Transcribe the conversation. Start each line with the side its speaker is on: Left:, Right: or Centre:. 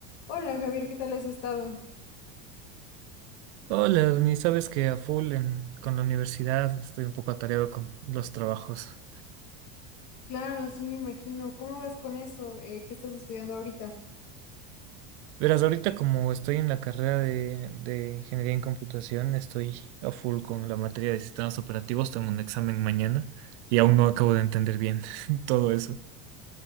Left: Hola Javier, ¿qué tal has estado?
Right: Hola, ni sabes que a full en- con la universidad estoy un poco atareado con los trabajos.
Left: Claro, sí, me imagino. ¿Cómo vas con eso? Eh, ¿qué estás estudiando ahorita?
Right: Verás, ahorita como estoy en la carrera de, de ingeniería en computación, estoy a full con la materia de sistemas operativos, tengo un examen mañana y aún no acabo de entender bien <laughs> todo eso.